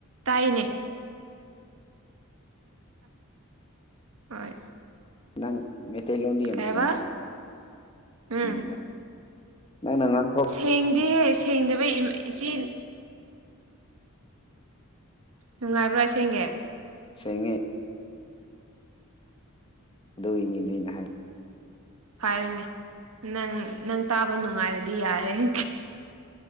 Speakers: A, on the right; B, on the left.
A: ꯇꯥꯏꯅꯦ ꯍꯣꯏ
B: ꯅꯪ ꯃꯇꯩ ꯂꯣꯗꯤ ꯌꯝ
A: ꯀꯩꯕ
B: ꯁꯦꯡꯉꯦ
A: ꯎꯝ
B: <unintelligible> ꯅꯪꯅꯉꯥꯡ ꯊꯣꯛ
A: ꯁꯦꯡꯗꯦꯍꯦ ꯁꯦꯡꯗꯥꯕꯒꯤ <unintelligible> ꯏꯆꯦ ꯅꯨꯡꯉꯥꯏꯕ꯭ꯔ ꯑꯁꯦꯡꯒꯤ
B: ꯁꯦꯡꯉꯦ ꯑꯗꯨ ꯒꯤꯅꯤꯅꯦ ꯑꯩꯅ ꯍꯥꯏ
A: ꯐꯩꯌꯦꯅꯦ ꯅꯪ ꯅꯪ ꯇꯥꯕ ꯅꯨꯡꯉꯥꯏꯔꯗꯤ ꯌꯥꯔꯦ <unintelligible>